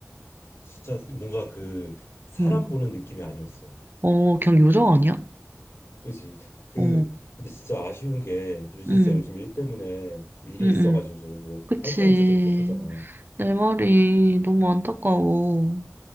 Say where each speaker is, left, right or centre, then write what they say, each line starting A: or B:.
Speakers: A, on the left; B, on the right.
A: 진짜 뭔가 그 사람
B: 응.
A: 보는 느낌이 아니었어.
B: 어, 그냥 요정 아니야?
A: 그렇지. 그
B: 어.
A: 근데 진짜 아쉬운 게 유진스가
B: 응,
A: 요즘 일 때문에 일이
B: 응,
A: 있어가지고
B: 응.
A: 뭐
B: 그치.
A: 활동을 제대로 못 하잖아.
B: 내 말이 너무 안타까워.